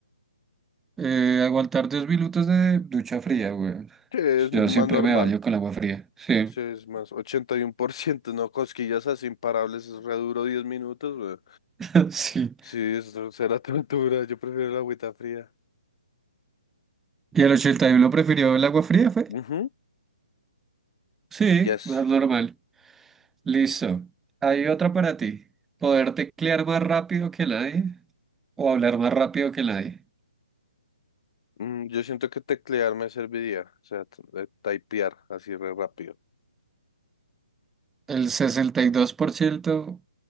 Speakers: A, in the centre; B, on the left (about 40°).
A: Eh, aguantar dos minutos de ducha fría, güey.
B: Sí, es
A: Yo
B: más
A: siempre
B: normal.
A: me baño con agua fría. Sí,
B: Sí, es más, 81% no, cosquillas así imparables, es re duro 10 minutos, güey.
A: <laughs> sí.
B: Sí, eso será <laughs> tortura, yo prefiero la agüita fría.
A: ¿Y el 81 prefirió el agua fría, fue?
B: Ujú,
A: Sí,
B: Yes.
A: es más normal. Listo. Hay otra para ti. Poder teclear más rápido que nadie o hablar más rápido que nadie.
B: Mm, yo siento que teclear me serviría, o sea, t- de typear así re rápido.
A: El 62%